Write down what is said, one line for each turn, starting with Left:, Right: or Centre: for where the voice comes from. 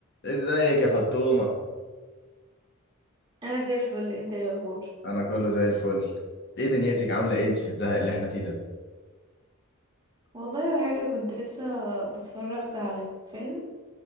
Left: ازيك يا فطومة
Right: انا زي الفل انت ايه الاخبار
Left: انا كله زي الفل ايه دنيتك عاملة ايه انت في الزهق اللي احنا فيه ده
Right: والله ولا حاجه كنت لسه بتفرج على فيلم